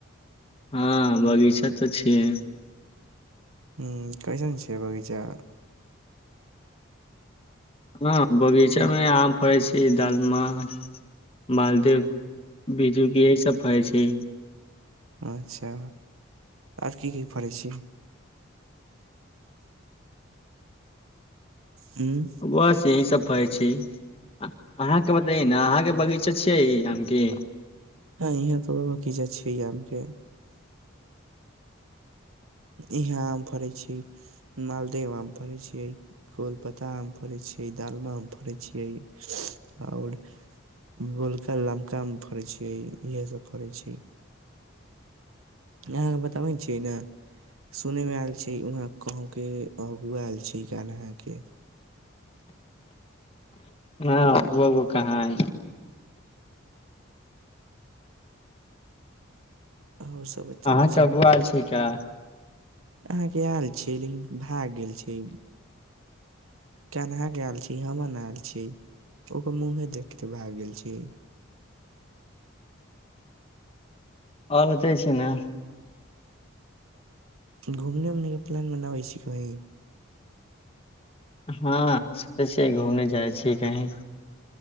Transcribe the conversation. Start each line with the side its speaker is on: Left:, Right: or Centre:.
Left: हां बगीचा तऽ छियै।
Right: हूॅं, कैसन छै बगीचा।
Left: हां बगीचा मे आम फड़ै छी दाल मछ मालदेव बिज्जू के यही सब फरै छै।
Right: अच्छा आर की-की फरै छी। हूॅं।
Left: बस यही सब फरै छी। अहाँके बताइ नेय अहाँके बगीचा छई आम के
Right: हां इहाँ तऽ ब बगीचा छैय, आमके इहाँ आम फड़ै छी, मालदेव आम फड़ै छियै। कोलपता आम फड़ै छियै, दालमा आम फड़ै छियै, और गोलका-लमका आम फड़ै छियै, इहे सब फड़ै छी। ईहाँके बताबै छियै नै सुनै मे आयल छैय, उहाँ कहुं के अहुं आयल छैय, गान अहाॅं के
Left: हां वो-वो कहाँ अइ
Right: अहुं सब बताबै
Left: अहाँके
Right: छी
Left: अगुआ
Right: गहम
Left: छी का
Right: अहाँ गयाल छियै, लेकिन भाय गेल छियै। केनहा गैल छी, ई हमर नाल छी। तऽ ओकर मुंँहे देखते भाग गेल छी।
Left: और बताइ छि न?
Right: घुमने उमने के प्लान बनाबै छी कहीं?
Left: हँ सोचै छियै, घूमने जाइ छीयै कहीं।